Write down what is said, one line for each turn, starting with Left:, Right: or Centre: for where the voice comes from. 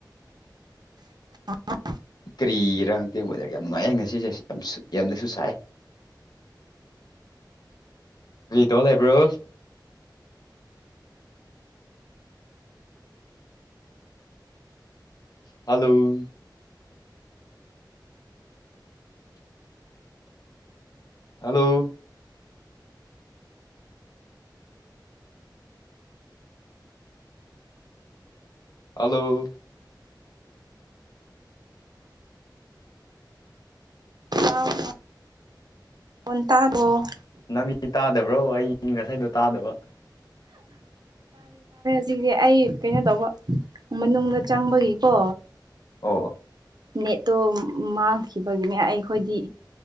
Right: <unintelligible>
Left: ꯀꯔꯤꯔ ꯈꯪꯗꯦ ꯋꯦꯗꯔ ꯌꯥꯝ ꯅꯨꯡꯉꯥꯏꯌꯦ ꯉꯁꯤꯁꯦ ꯌꯥꯝ ꯌꯥꯝꯅꯁꯨ ꯁꯥꯏ ꯀꯔꯤ ꯇꯧꯔ ꯂꯩꯕ꯭ꯔꯣ ꯍꯜꯂꯣ ꯍꯜꯂꯣ ꯍꯜꯂꯣ
Right: <unintelligible> <unintelligible> ꯇꯗ꯭ꯔꯣ
Left: ꯅꯥꯃꯤꯠꯇꯤ ꯇꯥꯗꯕ꯭ꯔꯣ ꯑꯩ ꯉꯥꯁꯥꯏꯗꯣ ꯇꯥꯗꯕ
Right: ꯍꯧꯖꯤꯛꯗꯤ ꯑꯩ ꯀꯩꯅꯣ ꯇꯧꯕ ꯃꯅꯨꯡꯗ ꯆꯪꯕꯒꯤꯀꯣ
Left: ꯑꯣ
Right: ꯅꯦꯠꯇꯣ ꯃꯥꯡꯈꯤꯕꯒꯤꯅꯦ ꯑꯩꯈꯣꯏꯗꯤ